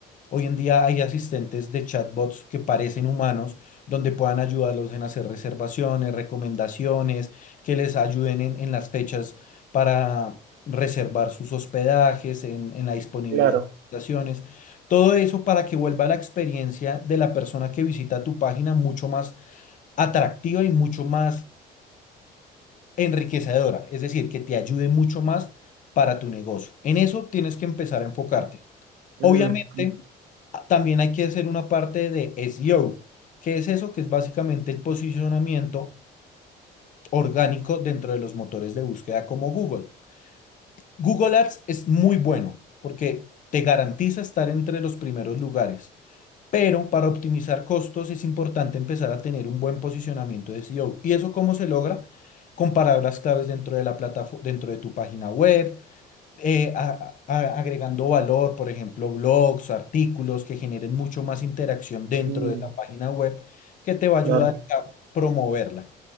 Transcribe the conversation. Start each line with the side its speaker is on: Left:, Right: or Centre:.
Left: Hoy en día hay asistentes de chatbots que parecen humanos, donde puedan ayudarlos en hacer reservaciones, recomendaciones, que les ayuden en en las fechas para reservar sus hospedajes, en, en la disponibilidad
Right: claro.
Left: de habitaciones, todo eso para que vuelva la experiencia de la persona que visita tu página mucho más atractiva y mucho más enriquecedora, es decir, que te ayude mucho más para tu negocio. En eso tienes que empezar a enfocarte.
Right: mm,
Left: Obviamente,
Right: mm.
Left: a- también hay que hacer una parte de SEO. que es eso? Que es básicamente el posicionamiento orgánico dentro de los motores de búsqueda como Google. Google Ads es muy bueno porque te garantiza estar entre los primeros lugares, pero para optimizar costos es importante empezar a tener un buen posicionamiento de SEO. ¿Y eso cómo se logra? Con palabras claves dentro de la plataforma, dentro de tu página web, eh, a- a- agregando valor, por ejemplo, blogs, artículos que generen mucho más interacción dentro
Right: mm.
Left: de la página web que te va a ayudar
Right: Claro.
Left: a promoverla.